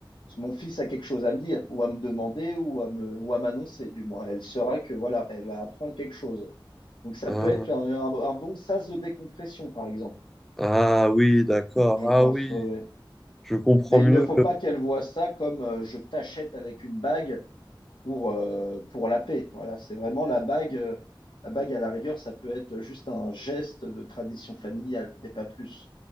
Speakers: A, on the left (about 75°); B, in the centre.
A: mon fils a quelque chose à me dire, ou à me demander, ou à me, ou à m'annoncer, du moins. Elle saura que, voilà, elle va apprendre quelque chose. Donc, ça
B: Ah,
A: peut être un, un- un bon sas de décompression, par exemple,
B: ah oui, d'accord.
A: je pense.
B: Ah oui,
A: ouais, ouais.
B: je comprends
A: Mais
B: mieux.
A: il ne faut pas qu'elle voie ça comme euh, je t'achète avec une bague. pour, euh, pour la paix. Voilà, c'est vraiment la bague. euh, La bague, à la rigueur, ça peut être juste un geste de tradition familiale, mais pas plus.